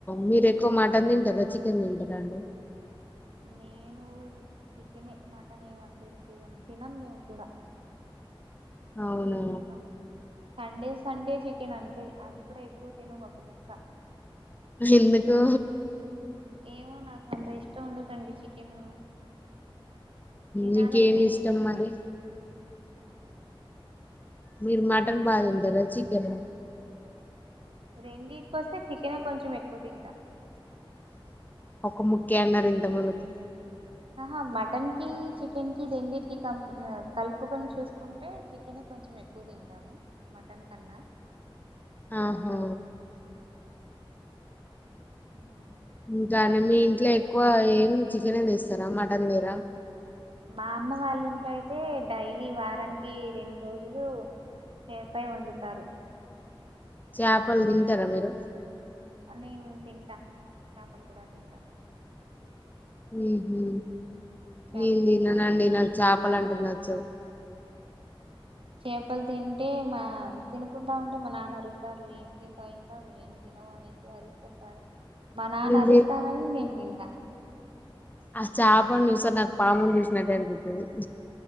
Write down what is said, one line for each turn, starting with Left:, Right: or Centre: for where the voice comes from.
Left: మీర ఎక్కువ మటన్ తింటారా చికెన్ తింటరా అండి
Right: నేను చికెనే మటన్ ఏం అసలు తినం తినం మేము కూడా
Left: అవునా
Right: చికెన్ బాగా సండే సండే చికెన్ అంతే అది కూడా ఎక్కువ తినం ఒక ముక్క
Left: ఎందుకు
Right: ఒక రెండు ఏమో నాకు అంత ఇష్టం ఉండదండి చికెను తినాలనిపించుదు
Left: మీకేమి ఇష్టం మరి మీరు మటన్ బా తింటరా చికెనా
Right: రెండికోస్తే చికెనే కొంచెం ఎక్కువ తింటా
Left: ఒక ముక్కే అన్నారు ఇంత ముందుకు
Right: ఆహా మటన్ కి చికెన్ కి రెండింటికి కం కలుపుకొని చూసుకుంటే చికెన్ కొంచెం ఎక్కువ క్కువ తింటాను మటన్ కన్నా
Left: ఆహా
Right: ము
Left: ఇంకానీ మీ ఇంట్లో ఎక్కువ ఏం చికెనే తెస్తరా మటన్ తెరా
Right: మా అమ్మ వాళ్ళ ఇంట్లో అయితే డైలీ వారానికి రెండు రోజులు చేపే వండుతారు
Left: చాపలు తింటరా మీరు
Right: నేను తింటా చాపలు కూడా తింటా
Left: ముహు
Right: చేప
Left: నేను తిననండి
Right: తింటాను
Left: నాకు చాపాలంటే నచ్చవ్
Right: చేపలు తింటే మా తినకుంటా ఉంటే మా నాన్న అరుస్తారు ఏం తింటావు ఇంకా నువ్వేం తినవు అనేసి అరుస్తుంటారు మా నాన్న
Left: నేను
Right: అరుస్తారని నేను తింటా
Left: అ చేపను చూస్తే నాకు పామును చూసినట్టే అనిపిత్తది